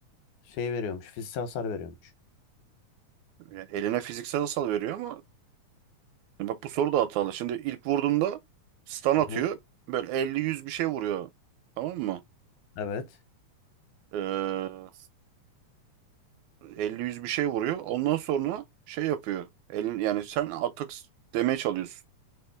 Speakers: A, on the left; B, on the right.
A: Şey veriyormuş. Fiziksel hasar veriyormuş.
B: Yani eline fiziksel hasar veriyor ama bak bu soru da hatalı. Şimdi ilk vurduğunda stun atıyor.
A: Hı hı.
B: Böyle elli yüz bir şey vuruyor. Tamam mı?
A: Evet.
B: Ee, 50-100 bir şey vuruyor. Ondan sonra şey yapıyor. Elin, yani sen atak demeye çalıyorsun.